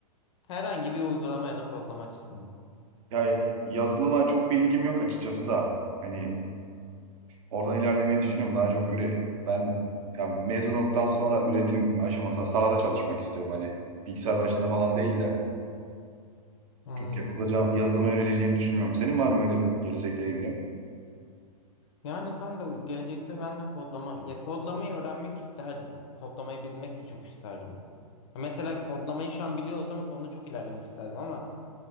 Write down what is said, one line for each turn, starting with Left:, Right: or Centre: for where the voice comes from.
Left: Herhangi bir uygulama ya da kodlama açısından.
Right: Ya yazılıma çok bir ilgim yok açıkçası da. Hani oradan ilerlemeyi düşünüyorum. Daha çok üre ben ya mezun olduktan sonra üretim aşamasında sahada çalışmak istiyorum. Hani bilgisayar başında falan değil de
Left: Anladım.
Right: çok yazılacağım, yazılıma yöneleceğimi düşünmüyorum. Senin var mı öyle gelecekle ilgili?
Left: Yani kanka gelecekte ben de kodlama ya kodlamayı öğrenmek isterdim. Kodlamayı bilmek de çok isterdim. Mesela kodlamayı şu an biliyor olsam o konuda çok ilerlemek isterdim ama